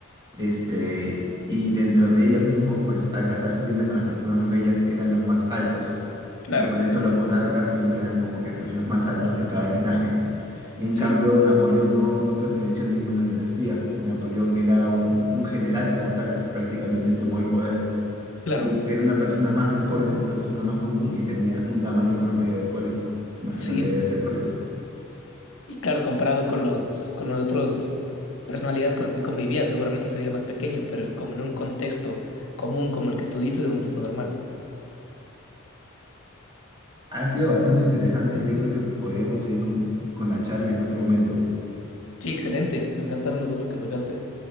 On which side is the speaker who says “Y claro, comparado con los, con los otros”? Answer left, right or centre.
Left